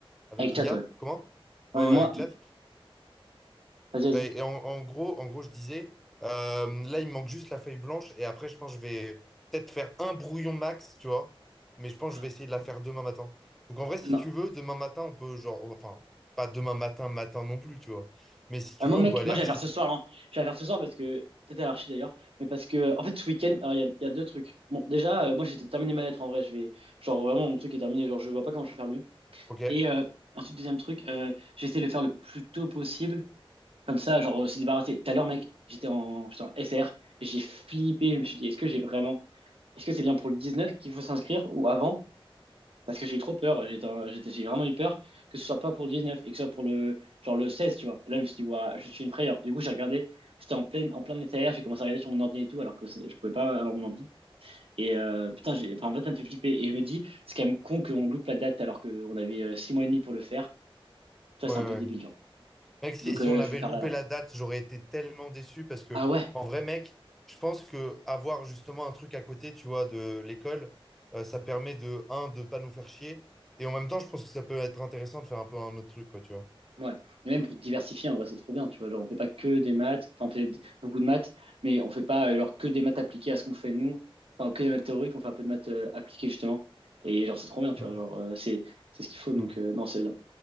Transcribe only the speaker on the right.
Avec
chat, ouais.
Ouais,
mais
moi,
vas-y, vas-y.
Ah,
Non,
Ah, moi,
mec,
moi,
je vais la faire ce soir, hein. Je vais la faire ce soir parce que, peut-être à l'archi d'ailleurs, mais parce que, en fait, ce week-end, alors, il y a, il y a deux trucs. Bon, déjà, euh, moi, j'ai terminé ma lettre, en vrai, je vais, genre, vraiment, mon truc est terminé, genre, je vois pas comment je peux faire mieux.
Et, euh, ensuite, deuxième truc, euh, j'ai essayé de le faire le plus tôt possible, comme ça, genre, euh, se débarrasser. Tout à l'heure, mec, j'étais en, j'étais en SR, et j'ai flippé, je me suis dit, est-ce que j'ai vraiment, est-ce que c'est bien pour le 19 qu'il faut s'inscrire, ou avant? Parce que j'ai eu trop peur, j'étais un- j'étais- j'ai vraiment eu peur que ce soit pas pour le 19 et que ce soit pour le genre le 16, tu vois. Et là, je me suis dit, ouah, je suis une frayeur. Du coup, j'ai regardé, j'étais en plein, en plein état j'ai commencé à regarder sur mon ordi et tout, alors que c'est- je pouvais pas avoir mon ordi. Et euh, putain, j'ai, enfin, en fait, ça me fait flipper. Et je me dis, c'est quand même con qu'on loupe la date alors qu'on avait euh, 6 mois et demi pour le faire. Toi,
c'est un
peu débile, genre.
Donc,
euh,
je
vais le faire
là, là.
Ah ouais?
Ouais. Et même pour diversifier, en vrai, c'est trop bien, tu vois. Genre, on fait pas que des maths, t'en fais d- beaucoup de maths, mais on fait pas euh, genre que des maths appliquées à ce qu'on fait nous. Enfin, que des maths théoriques, on fait un peu de maths euh, appliquées, justement. Et genre, c'est trop bien, tu
vois. Genre, euh, c'est, c'est ce qu'il faut, donc,
euh, non, c'est bien.